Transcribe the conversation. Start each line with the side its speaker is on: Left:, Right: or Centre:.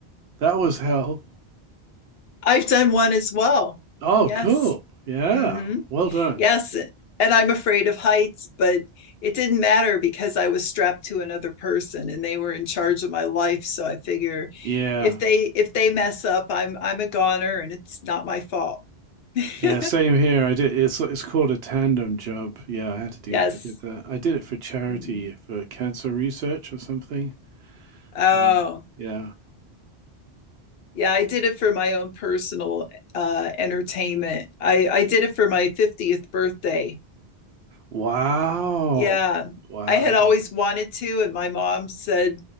Right: That was hell.
Left: I've done one as well.
Right: Oh,
Left: Yes.
Right: cool. Yeah.
Left: hmm
Right: Well done.
Left: Yes. eh, And I'm afraid of heights, but it didn't matter because I was strapped to another person and they were in charge of my life. So I figure
Right: Yeah.
Left: if they if they mess up, I'm I'm a goner and it's not my fault. <laughs>
Right: Yeah, same here. I did it's it's called a tandem jump. Yeah, I had to do
Left: Yes.
Right: I did that. I did it for charity
Left: Mm-hmm.
Right: for cancer research or something.
Left: Oh,
Right: Um, yeah.
Left: yeah, I did it for my own personal uh entertainment. I I did it for my 50th birthday.
Right: Wow.
Left: Yeah.
Right: Wow.
Left: I had always wanted to, and my mom said,